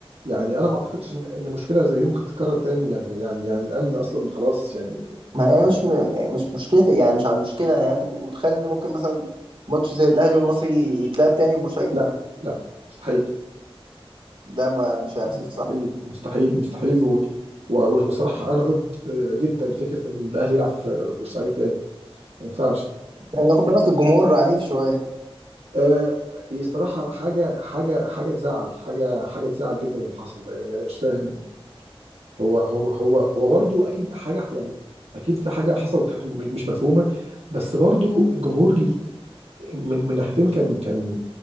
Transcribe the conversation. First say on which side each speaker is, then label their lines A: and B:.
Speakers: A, on the right; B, on the right.
A: يعني انا ما اعتقدش ان إن مشكله زي دي ممكن تتكرر تاني يعني يعني يعني الامن اصلا خلاص يعني
B: ما هي
A: لا
B: مش م- مش مشكلة يعني مش على المشكلة يعني انت متخيل ان ممكن مثلا ماتش زي الاهلي والمصري يتلعب تاني في بورسعيد
A: لا لا مستحيل
B: ده ما مش هيحصل
A: مستحيل
B: صح؟
A: مستحيل مستحيل و... و... والصراحه انا ضد جدا فكره ان الاهلي يلعب في بورسعيد تاني ما ينفعش
B: لان يعني خد بالك الجمهور عنيف شوية
A: آه، هي صراحة حاجة حاجة حاجة تزعل حاجة حاجة تزعل جدا اللي حصل ده يعني أنا مش فاهم هو هو هو هو برضو أكيد حاجة يعني أكيد في حاجة حصلت م- مش مفهومة بس برضو الجمهور ال- من من ناحيتين كان كان